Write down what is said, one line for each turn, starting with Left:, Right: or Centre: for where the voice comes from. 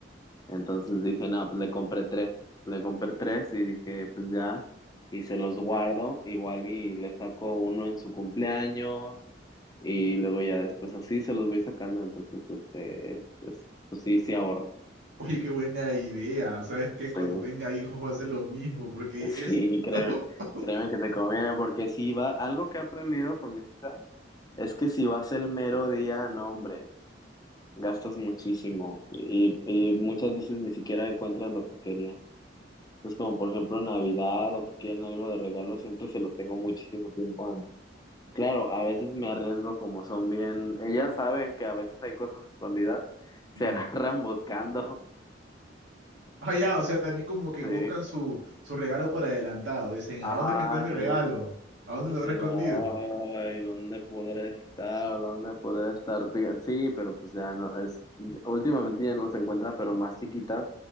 Left: Entonces dije, no, pues le compré tres, le compré tres y dije, pues ya y se los guardo, igual y le saco uno en su cumpleaños y luego ya después así se los voy sacando, entonces, este, es- es- pues sí, sí ahorro.
Right: Oye, qué buena idea. ¿Sabes qué?
Left: Sí,
Right: Cuando
Left: <laughs>
Right: tenga hijos va a hacer lo mismo porque
Left: pues sí,
Right: es...
Left: créeme,
Right: <laughs>
Left: créeme que te conviene, porque si va, algo que he aprendido con mis hijas es que si vas el mero día, no, hombre, gastas muchísimo y, y muchas veces ni siquiera encuentras lo que querían. Entonces, como por ejemplo Navidad o que quieren algo de regalo, siempre se los tengo muchísimo tiempo antes. Claro, a veces me arriesgo como son bien, ellas saben que a veces hay cosas escondidas se
Right: Ujú.
Left: <laughs> agarran buscando
Right: Ah, ya, o sea, también como que
Left: Sí,
Right: buscan su, su regalo por adelantado. Dicen, ¿a
Left: ajá,
Right: dónde es que está mi regalo?
Left: sí.
Right: ¿A dónde
Left: Dice,
Right: lo habrá escondido?
Left: no, ay, ¿dónde podré estar? ¿Dónde podré estar? Fija- Sí, pero pues ya no, es, últimamente ya no los encuentra, pero más chiquitas,